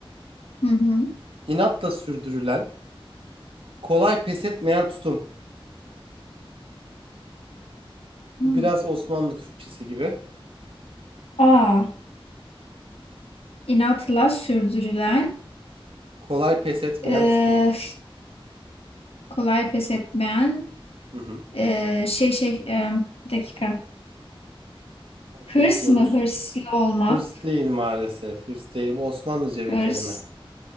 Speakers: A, on the left; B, on the right.
A: Hı hı.
B: İnatla sürdürülen, kolay pes etmeyen tutum.
A: Hmm.
B: Bu biraz Osmanlı Türkçesi gibi.
A: A. İnatla sürdürülen,
B: Kolay pes etmeyen
A: e,
B: tutum.
A: kolay pes etmeyen,
B: Hı hı.
A: e, şey şey, e, bir dakika.
B: Hadi
A: Hırs
B: bekliyoruz.
A: mı? Hırslı olmak.
B: Hırs değil maalesef. Hırs değil. Bu Osmanlıca bir
A: Hırs.
B: kelime.